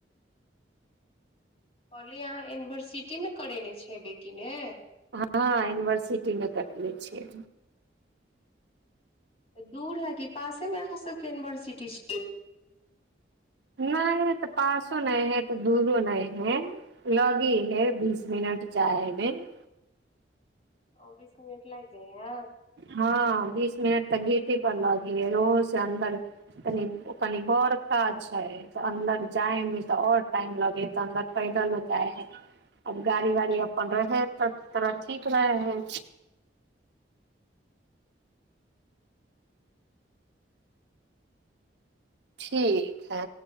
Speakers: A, on the left; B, on the right.
A: कहलियै अहाँ यूनिवर्सिटीमे करेने छै हेबै कि ने
B: हँ इनवर्सिटी मे करने छियै
A: तऽ दूर है कि पासे में कहा सब के इनवर्सिटी छै
B: नहि तऽ पासो नहि है तऽ दूरो नहि है, लगी है बीस मिनट जाय में।
A: ओ बीस मिनिट लागि जाइ है
B: हँ बीस मिनट तऽ गी- की पर लगिय रो से अन्दर तनि कनी बड़का छै तऽ अन्दर जाय मे तऽ और टाइम लगै हइ तऽ अन्दर पैदल लोक जाय हइ आब गाड़ी वाड़ी अपन रहे त तथोड़ा ठीक रहै हइ ठीक है